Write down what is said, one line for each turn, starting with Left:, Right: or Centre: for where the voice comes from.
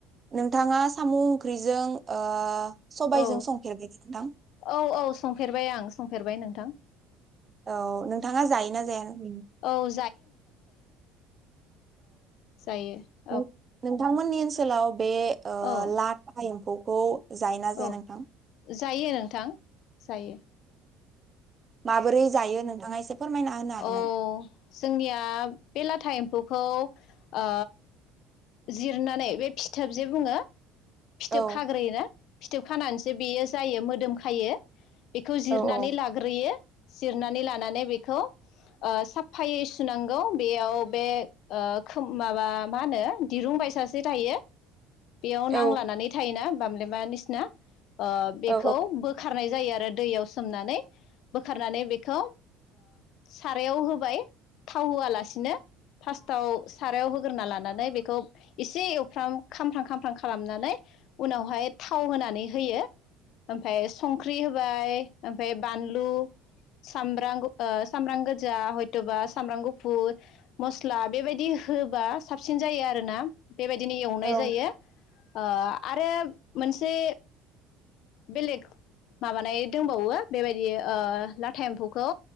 Right: नोंथाङा साम' ओंख्रिजों ओ सबायजों
Left: औ
Right: संफेरबाय नोंथां
Left: औ औ संफेरबाय आं संफेरबाय नोंथां ।
Right: औ । नोंथाङा जायोना जाया उम?
Left: औ सायो।
Right: औ नों थांमोननि ओनसोलाव बे ओ
Left: औ
Right: लाथा एम्फौ खौ जायो ना
Left: औ
Right: जाया नोंथां?
Left: जायो नों थां जायो ।
Right: माबोरै जायो नोंथाङा एसे फोरमायना होनो हागोन
Left: औ
Right: नामा?
Left: जोंनिया बे लाथा एम्फौ खौ ओ जिरनानै बे फिथोब जे बुंङो फिथोब
Right: औ
Left: खाग्रोयोना फिथोब खानानैसो बेयो जायो मोदोम खायो बेखौ जिरनानै
Right: औ औ
Left: लाग्रोयो जिरनानै लानानै बेखौ ओ साफायै सुनांगौ बेयाव बे ओ माबा मा होनो दिरुंबायसासे थायो बेयाव
Right: औ
Left: नांलानानै थायोना बामलेमा नसिना बेखौ
Right: औ
Left: बोखारनाय जायो आरो दैयाव सोमनानै बोखारनानै बेखौ सारायाव होबाय थाव होआलासिनो फार्स्टआव सारायाव होग्रोना लानानै बेखौ एसे एवफ्राम खामफ्रां खामफ्रां खालामनानै उनावहाय थाव होनानै होयो ओमफ्राय संख्रि होबाय ओमफ्राय बानलु सामब्राम सामब्राम गोजा हयथबा सामब्राम गुफुर मस्ला बेबायदि होबा साबसिन जायो आरोना बेबायदिनो एवनाय
Right: औ
Left: जायो ओ आरो मोनसे बेलेग माबानाय दोंबावो बेबायदि ओ लाथा एम्फौखौ